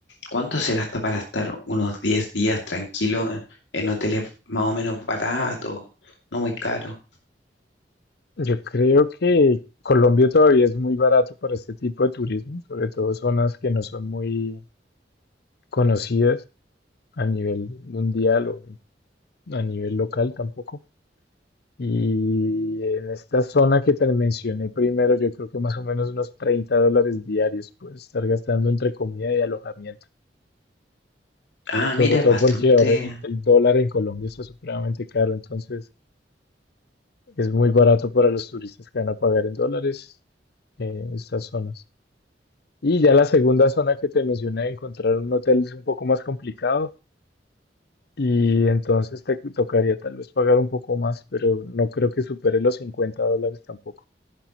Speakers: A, on the left; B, on the left.
A: ¿cuánto se gasta para estar unos 10 días tranquilo en, en hoteles más o menos baratos, no muy caros?
B: Yo creo que Colombia todavía es muy barato para este tipo de turismo, sobre todo zonas que no son muy conocidas a nivel mundial o a nivel local tampoco. Y en esta zona que te mencioné primero, yo creo que más o menos unos 30 dólares diarios puedes estar gastando entre comida y alojamiento.
A: Ah,
B: Sobre
A: mira,
B: todo
A: es bastante,
B: porque ahora el, el dólar en Colombia está supremamente caro, entonces es muy barato para los turistas que van a pagar en dólares eh, estas zonas. Y ya la segunda zona que te mencioné, encontrar un hotel es un poco más complicado y entonces te tocaría tal vez pagar un poco más, pero no creo que supere los 50 dólares tampoco.